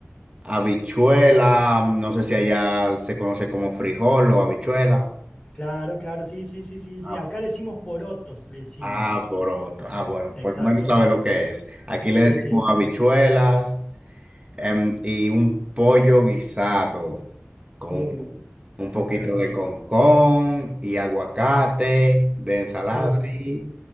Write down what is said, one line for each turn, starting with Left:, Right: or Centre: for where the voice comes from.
Right: Habichuela, mm, no sé si allá se conoce como frijol o habichuela.
Left: Claro, claro, sí, sí, sí, sí,
Right: Ah,
Left: sí. Acá
Right: po-
Left: le decimos porotos, le decimos.
Right: ah, poroto. Ah, bueno, por
Left: Exactos.
Right: lo menos sabe lo que es. Aquí le
Left: Sí,
Right: decimos
Left: sí.
Right: habichuelas, em, y un pollo guisado con
Left: Uh,
Right: un poquito
Left: qué rico.
Right: de concón y aguacate de ensalada
Left: Uh,
Right: ahí